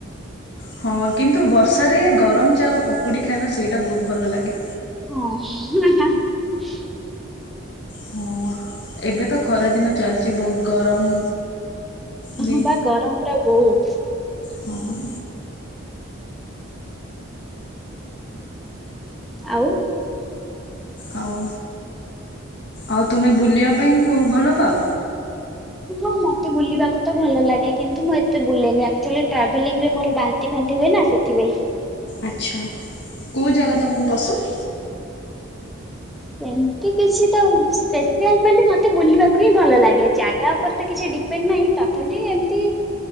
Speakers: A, on the left; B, in the centre.
A: ହଁ କିନ୍ତୁ ବର୍ଷାରେ ଗରମ ଚା ପକୁଡି ଖାଇବା ସେଇଟା ବହୁତ ଭଲ ଲାଗେ।
B: ହଁ।
A: ହଁ ଏବେ ତ ଖରା ଦିନ ଚାଲିଛି, ବହୁତ ଗରମ? ବି
B: ହଁ ବା ଗରମ ପୁରା ବହୁତ୍।
A: ହଁ!
B: ଆଉ
A: ଆଉ, ଆଉ ତୁମେ ବୁଲିବା ପାଇଁ ଭଲ ପାଅ?
B: ହଁ ମତେ ବୁଲିବାକୁ ତ ଭଲ ଲାଗେ କିନ୍ତୁ ମୁଁ ଏତେ ବୁଲେନି, ଆକଚୁଲି ଟ୍ରାଭେଲିଂ ରେ ମୋର ବାନ୍ତି ଫାନ୍ତି ହୁଏ ନା ସେଥିପାଇଁ।
A: ଆଚ୍ଛା! କୋଉ ଜାଗା ତମକୁ ପସନ୍ଦ୍?
B: ସେମତି କିଛି ତ ସ୍ପେସିଆଲ ବୋଲି ମତେ ବୁଲିବାକୁ ହିଁ ଭଲ ଲାଗେ, ଜାଗା ଉପରେ ତ କିଛି ଡି ନାଇଁ ତଥାପି ଏମିତି